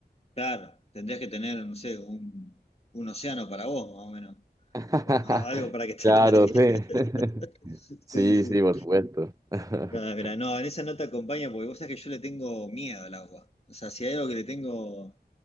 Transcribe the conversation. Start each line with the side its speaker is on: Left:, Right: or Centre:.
Left: Claro, tendrías que tener, no sé, un, un océano para vos, más o menos.
Right: <laughs>
Left: O <laughs> algo para que esté
Right: Claro,
Left: nadie.
Right: sí.
Left: <laughs>
Right: <laughs> Sí,
Left: Sí, sí.
Right: sí, por supuesto. <laughs>
Left: Ah, mira, no, en esa nota acompaña porque vos sabés que yo le tengo miedo al agua. O sea, si hay algo que le tengo